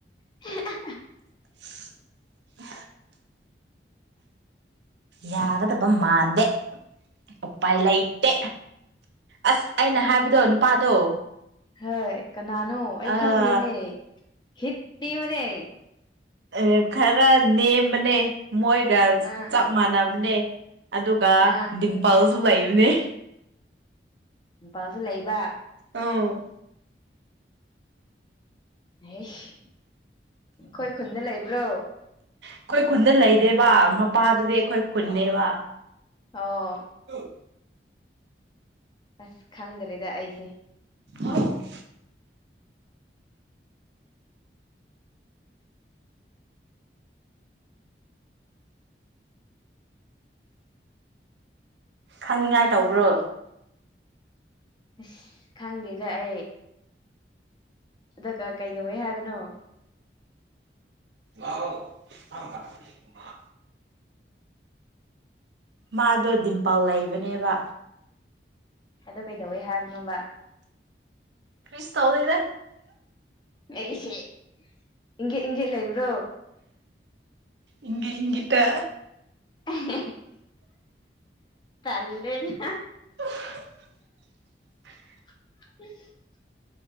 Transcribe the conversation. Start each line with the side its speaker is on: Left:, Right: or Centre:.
Left: <unintelligible>
Right: <inaudible> ꯌꯥꯒꯗꯕ ꯃꯥꯟꯗꯦ ꯎꯄꯥꯏ ꯂꯩꯇꯦ ꯑꯁ ꯑꯩꯅ ꯍꯥꯏꯕꯗꯣ ꯅꯨꯄꯥꯗꯣ
Left: ꯍꯣꯏ ꯀꯅꯥꯅꯣ ꯑꯩ
Right: ꯑꯥ
Left: ꯈꯪꯗꯦꯃꯦ ꯍꯤꯟꯁ ꯄꯤꯌꯨꯅꯦ
Right: ꯑꯦ ꯈꯔ ꯅꯦꯝꯕꯅꯦ ꯃꯣꯏꯒ
Left: ꯑꯥ
Right: ꯆꯞ ꯃꯥꯟꯅꯕꯅꯦ ꯑꯗꯨꯒ
Left: ꯑꯥ
Right: ꯗꯤꯝꯄꯜꯁꯨ ꯂꯩꯕꯅꯦ
Left: ꯗꯤꯝꯄꯥꯜꯁꯨ ꯂꯩꯕ
Right: ꯑꯝ
Left: ꯑꯦꯁ ꯑꯩꯈꯣꯏ ꯈꯨꯟꯗ ꯂꯩꯕ꯭ꯔꯣ
Right: ꯑꯩꯈꯣꯏ ꯈꯨꯟꯗ ꯂꯩꯔꯦꯕ ꯃꯄꯥꯗꯨꯗꯤ ꯑꯩꯈꯣꯏ ꯈꯨꯟꯅꯦꯕ
Left: ꯑꯣ
Right: ꯍ <inaudible>
Left: ꯑꯁ ꯈꯪꯗ꯭ꯔꯦꯗ ꯑꯩꯁꯦ
Right: ꯑ <inaudible> ꯈꯪꯅꯤꯡꯉꯥꯏ ꯇꯧꯕ꯭ꯔꯣ
Left: ꯑꯁ ꯈꯪꯗꯦꯗ ꯑꯩ ꯑꯗꯨꯒ ꯀꯩꯗꯧꯋꯦ ꯍꯥꯏꯕꯅꯣ
Right: ꯂ ꯀ <unintelligible> ꯃꯥꯗꯣ ꯗꯤꯝꯄꯜ ꯂꯩꯕꯅꯦꯕ
Left: ꯑꯗꯨ ꯀꯩꯗꯧꯋꯦ ꯍꯥꯏꯕꯅꯣꯕ
Right: ꯀ꯭ꯔꯤꯁ ꯇꯧꯗꯦꯗ
Left: ꯑꯦꯍꯦ ꯏꯪꯒꯦꯠ ꯏꯪꯒꯦꯠ ꯂꯩꯕ꯭ꯔꯣ
Right: ꯢꯪꯒꯤꯠ ꯢꯪꯒꯤꯠꯇ
Left: <unintelligible> ꯇꯜꯂꯦꯅꯦ
Right: <inaudible>
Left: ꯍ <inaudible>